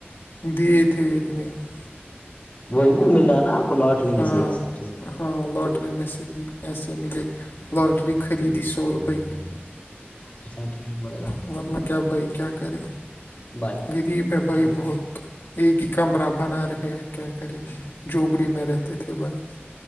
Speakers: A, on the left; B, on the left.
A: دیے تھے لیکنے <unintelligible>
B: وہی نا مل رہا نا آپ کو لاٹری میں
A: ہاں
B: سے ایک حساب سے
A: ہاں لاٹری میں سے پیسے ملے لاٹری خریدی سو روپے کی
B: اچھا ٹھیک بول
A: ورنہ کیا بھائی کیا کرے
B: بھائی
A: غریب ہے بھائی
B: کیا
A: بہت ایک ہی کمرہ بنا رہے ہے کیا کرے جبڑی میں رہتے تھے بھائی